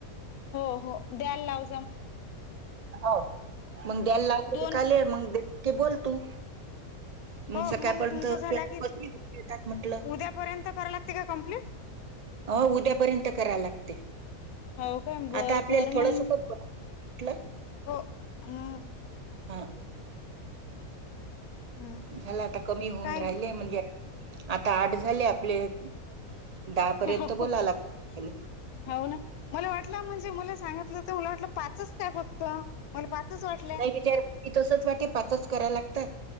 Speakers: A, on the left; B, on the right.
A: हो हो द्यायला लावत
B: हौ मग द्याला ला
A: दोन
B: खाले मग बोल तू
A: <inaudible>
B: मग
A: हो
B: सकाळपर्यंत
A: मंग तुमचं झाला की
B: येतात म्हटलं
A: उद्या पर्यंत करा लागते का कमप्लीट
B: अ उद्यापर्यंत करा लागते.
A: हव काय? बरं
B: आता आपल्याला
A: बरं
B: थोडस
A: मंग.
B: म्हटलं
A: हो हम्.
B: हं
A: हम्म
B: झाला आता कमी होऊन
A: काय
B: राहिलेय म्हणजे आता आठ झाले आपले दहा पर्यंत
A: हाव
B: बोला लागतात
A: ना मला वाटलं म्हणजे मला सांगितलं मला वाटलं पाचच काय फक्त? पाचच वाटलंय
B: नाही विचार की तसच वाटे पाचच करा लागता.